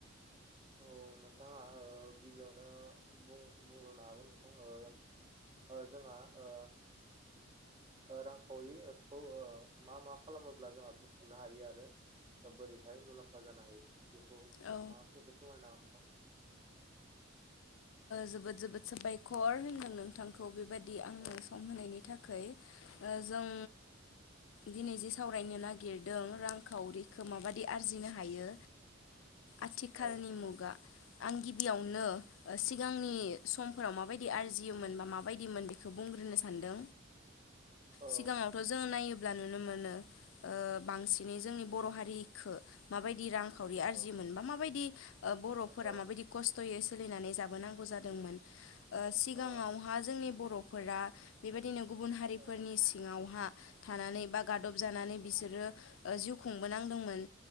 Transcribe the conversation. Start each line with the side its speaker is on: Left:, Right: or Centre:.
Right: औ नोंथाङा ओ गिबियावनो बुं बुंग्रोनो हागोन नोंथां ओ ओ जोंहा ओ ओ रांखावरिखौ ओ मा मा खालामोब्ला जोंहा बुथुमनो हायो आरो ओ बोरैहाय मुलाम्फा जानो हायो बेखौ
Left: औ
Right: नोंथाङा ससे फोरमायनो हागोन नोंथां
Left: जोबोद जोबोद साबायखर होनदों नोंथां खौ बेबादि आंनो
Right: औ
Left: सम होनायनि थाखाय। जों दिनै जों सावरायनो नागिर दों रांखावरिखौ माबायदि आरजिनो हायो। आथिखालनि
Right: औ
Left: मुगा आंगि बेयावनो सिगांनि समफोराव माबायदि आरजियोमोन बा माबायदिमोन बेखौ बुंग्रोनो सानो
Right: औ
Left: सिगाङावथ' जों नायोब्ला नुनो मोनो
Right: <unintelligible>
Left: ओ बांसिनै जोंनि बर' हारिखौ माबायदि रांखावरि आरजि
Right: औ
Left: मोन बा माबायदि बर'फोरा
Right: औ औ
Left: माबायदि खस्थ'यै सोलिनानै जाबोनांगौ जादोंमोन ओ सिगाङावहा
Right: औ
Left: जोंनि बर' फोरा बेबायदिनो गुबुन हारिफोरनि
Right: औ
Left: सि सिङावहा थानानै बा गादब जानानै बिसोरो ओ जिउ खुंबोनांदोंमोन